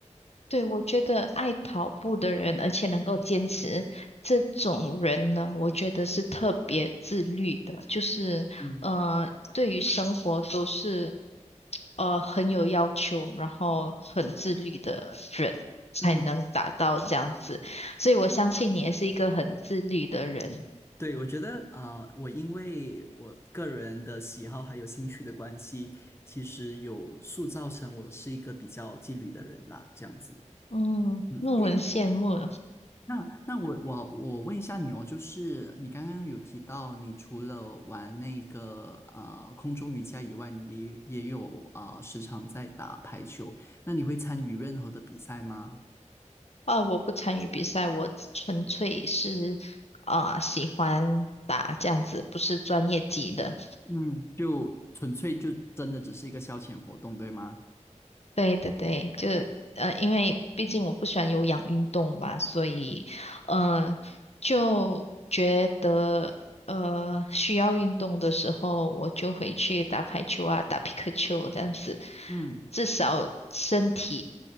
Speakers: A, on the left; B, on the left.
A: 对，我觉得爱跑步的人，而且能够坚持这种人呢，我觉得是特别自律的，就是呃，
B: 嗯
A: 对于生活都是呃很有要求，然后很自律的人才能达到这样子。
B: 嗯。
A: 所以我相信你也是一个很自律的人。
B: 对，我觉得啊、呃我因为我个人的喜好还有兴趣的关系，其实有塑造成我是一个比较纪律的人啦，这样子。
A: 嗯，
B: 嗯，
A: 那我很羡慕。
B: 诶，那那我我我问一下你哦，就是你刚刚有提到，你除了玩那个啊空中瑜伽以外，你也也有啊、呃时常在打排球，那你会参与任何的比赛吗？
A: 啊，我不参与比赛，我只纯粹是啊、喜欢打这样子，不是专业级的。
B: 嗯，就纯粹就真的只是一个消遣活动，对吗？
A: 对对对，就呃，因为毕竟我不喜欢有氧运动嘛，所以嗯，
B: 嗯
A: 就觉得呃需要运动的时候，我就回去打排球啊，打皮克球这样子，
B: 嗯。
A: 至少身体